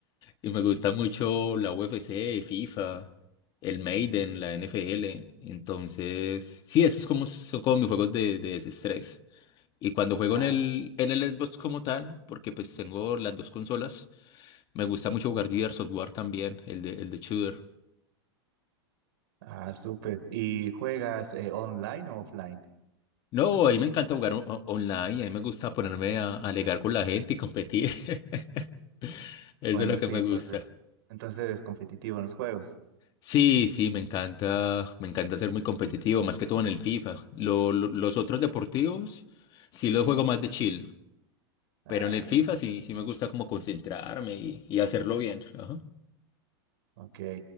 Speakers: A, on the left (about 35°); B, on the right (about 60°).
A: Y me gusta mucho la UFC, FIFA, el Maiden, la NFL. Entonces, sí, esos como, son como mis juegos de, de desestrés. Y cuando juego
B: Ah,
A: en el, en el Xbox como tal, porque pues tengo las dos consolas. Me gusta mucho jugar Gears Software también, el de, el de Shooter.
B: ah, súper. ¿Y juegas eh, online o offline?
A: No, a mí me encanta jugar o- o- online, a mí me gusta ponerme a, a alegar con la gente y competir. <laughs> Eso
B: Bueno,
A: es lo
B: sí,
A: que me
B: entonces,
A: gusta.
B: entonces competitivo en los juegos.
A: Sí, sí, me encanta, me encanta ser muy competitivo, más que todo en el FIFA. Lo- lo- los otros deportivos sí los juego más de chill,
B: Ah,
A: pero en el
B: ya,
A: FIFA sí, sí me gusta como concentrarme y, y hacerlo bien. Ajá.
B: Ok.